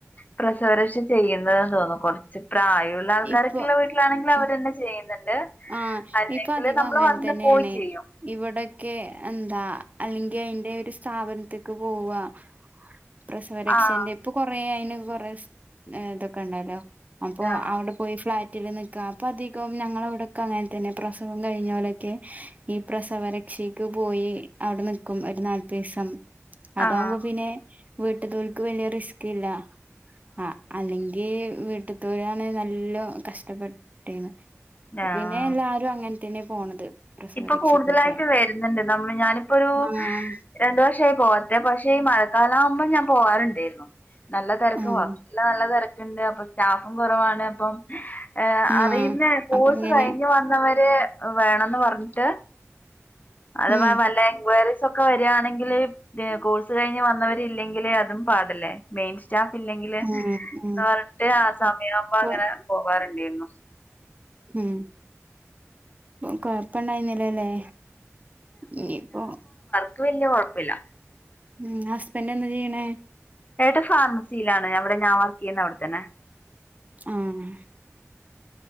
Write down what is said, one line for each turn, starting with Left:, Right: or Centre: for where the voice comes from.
Left: പ്രസവരക്ഷ ചെയ്യുന്നതെന്ന് തോന്നുന്നു. കൊറച്ച് പ്രായമുള്ള ആൾക്കാരൊക്കെയുള്ള
Right: ഇപ്പൊ
Left: വീട്ടിലാണെങ്കിലിൽ അവര്
Right: ഉം
Left: തന്നെ ചെയ്യുന്നുണ്ട്.
Right: ആഹ്
Left: അല്ലെങ്കിൽ
Right: ഇപ്പൊ അധികം
Left: നമ്മള്
Right: അങ്ങനെ
Left: വന്ന്
Right: തന്നെയാണ്
Left: പോയി ചെയ്യും.
Right: ഇവിടൊക്കെ എന്താ? അല്ലെങ്കിൽ അതിൻ്റെ ഒരു സ്ഥാപനത്തേക്ക് പോവുക. <inaudible> പ്രസവരക്ഷന്റെ
Left: ആഹ്
Right: ഇപ്പൊ കൊറേ അതിന് കൊറേ ഇതൊക്കെ ണ്ടല്ലോ അപ്പൊ
Left: ആഹ്
Right: അവിടെ പോയി ഫ്ലാറ്റിൽ നിൽക്കുക അപ്പൊ അധികം ഞങ്ങളെവിടൊക്കെ അങ്ങനെ തന്നെയാ പ്രസവം കഴിഞ്ഞാലൊക്കെ ഈ പ്രസവ രക്ഷയ്ക്ക് പോയി അവിടെ നിക്കും ഒരു നാല്പത് ദിവസം. അതാകുമ്പോ
Left: ആഹ്
Right: പിന്നെ, വീട്ടിലുള്ളോൽക്ക് വലിയ റിസ്ക് ഇല്ല. ആഹ് അല്ലെങ്കി ഈ വീട്ടിത്തോരാണേ നല്ല കഷ്ടപ്പെട്ടിന്
Left: ആഹ്
Right: പിന്നെ അങ്ങനെ തന്നെ പോണത് പ്രസവപരീക്ഷക്കൊക്കെ
Left: ഇപ്പൊ കൂടുതലായിട്ട് വരുന്നുണ്ട്. നമ്മൾ ഞാനിപ്പോ ഒരു
Right: ആഹ്
Left: രണ്ടു വർഷമായി പോകാത്തെ പക്ഷേ ഈ മഴക്കാലം ആവുമ്പോം ഞാൻ പോവാറുണ്ടായിരുന്നു. നല്ല തിരക്കുമാ.
Right: ആഹ്
Left: ഹോസ്പിറ്റലിൽ നല്ല തിരക്കുണ്ട്. അപ്പൊ സ്റ്റാഫും കുറവാണ്. അപ്പം ഏഹ്
Right: ആഹ്
Left: അറിയുന്നേ കോഴ്സ്
Right: അപ്പൊ അങ്ങനെ
Left: കഴിഞ്ഞ് വന്നവരെ വേണംന്ന് പറഞ്ഞിട്ട്. അതവാ
Right: ഉം
Left: വല്ല എൻക്വയറി ഒക്കെ വരിയാണെങ്കിൽ കോഴ്സ് കഴിഞ്ഞ് വന്നവരില്ലെങ്കില് അതും പാടല്ലേ. മെയിൻ സ്റ്റാഫ് ഇല്ലെങ്കില്
Right: ഉം ഉം
Left: എന്ന് പറഞ്ഞിട്ട് ആഹ് സമയം ആവുമ്പോ
Right: ഇപ്പൊ
Left: അങ്ങനെ പോകാറുണ്ടാരുന്നു.
Right: ഉം കൊഴപ്പണ്ടായിരുന്നില്ലല്ലേ. ഇനിയിപ്പൊ
Left: എനിക്ക് വലിയ കുഴപ്പല്ല
Right: ഉം ഹസ്ബൻറ് എന്ത് ചെയ്യ്ണ്.
Left: ഏട്ടൻ ഫാർമസിയിലാണ്. അവിടെ ഞാൻ വർക്ക് ചെയ്യുന്ന അവിടത്തന്നെ.
Right: ആഹ്